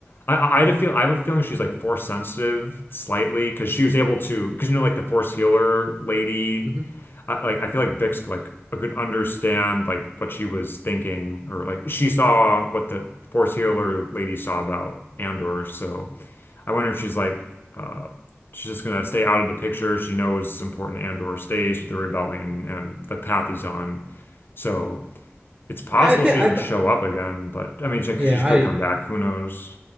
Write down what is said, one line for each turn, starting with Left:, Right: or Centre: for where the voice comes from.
Left: I, I, I had a feel, I have a feeling she's like force sensitive slightly because she was able to, because you know, like the force healer lady,
Right: Mhm.
Left: I, like, I feel like Bix, could, like, could understand, like, what she was thinking, or like, she saw what the force healer lady saw about Andor. So, I wonder if she's like uh, she's just gonna stay out of the picture. She knows it's important Andor stays with the rebellion and the path he's on. So it's possible
Right: Yeah, I think
Left: she
Right: I,
Left: doesn't show up again, but I mean, she,
Right: yeah,
Left: she could
Right: I,
Left: come back. Who knows?